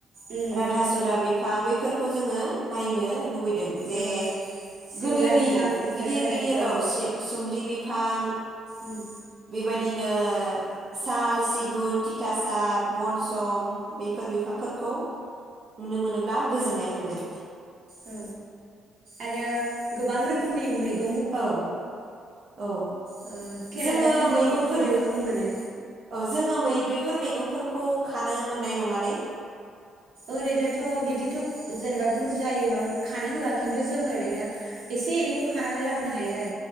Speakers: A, on the right; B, on the right.
A: उम
B: राधा सुरा बि बिफां बेफोरखौ जोंङो नायनो लुबैदों जे
A: औ सिमला
B: गोदोनि
A: बिफां बेफोरो
B: गिदिर
A: आरोना
B: - गिदिर औ सो सुमलि बिफां
A: उम
B: बेबायदि बिदिनो साल सिगुन थिथासा बनसम बेफोर बिफांफोरखौ नुनो मोनोब्ला गोजोननाय मोनगोन
A: औ आरो गोबां रोखोमनि मैगं
B: औ - औ
A: ओ खेरादाफिनि
B: जोंङो मैगंबफोरखौ
A: बे मैगंखौबो मोनो
B: औ बेफोर बेफोर मैगंफोरखौ खानो मोननाय नङा ने
A: ओरैनोथ' बिदिथ' जेनेबा बुरजायै माबा खानो होता खिन्थु जों ओरैनो एसे एनैखौ खानानै लाबोनो हायो आरो